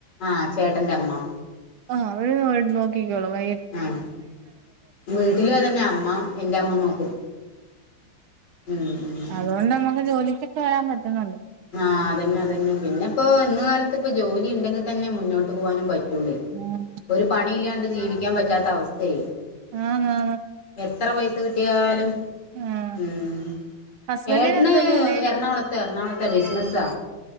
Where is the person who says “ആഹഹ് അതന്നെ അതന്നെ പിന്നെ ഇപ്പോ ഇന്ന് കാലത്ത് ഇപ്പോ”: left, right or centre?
Left